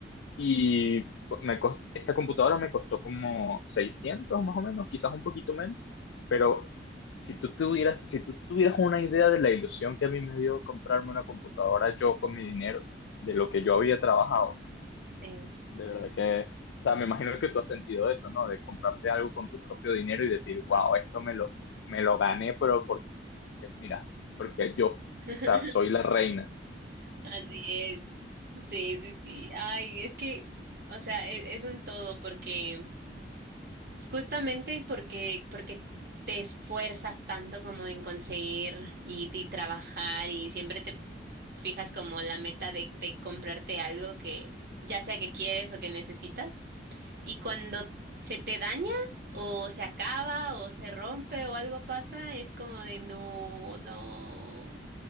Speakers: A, on the left; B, on the right.
A: Y me cos- esta computadora me costó como 600 más o menos, quizás un poquito menos, pero si tú tuvieras, si tú tuvieras una idea de la ilusión que a mí me dio comprarme una computadora yo con mi dinero, de lo que yo había trabajado,
B: Sí.
A: de verdad que, o sea, me imagino que tú has sentido eso, ¿no? De comprarte algo con tu propio dinero y decir, wow, esto me lo, me lo gané, pero porque, mira, porque yo, o
B: <laughs>
A: sea, soy la reina.
B: Así es. Sí, sí, sí. Ay, es que, o sea, e- es, un todo porque, justamente porque, porque te esfuerzas tanto como en conseguir y, y trabajar y siempre te fijas como la meta de, de comprarte algo que ya sea que quieres o que necesitas. Y cuando se te daña o se acaba o se rompe o algo pasa, es como de no, no.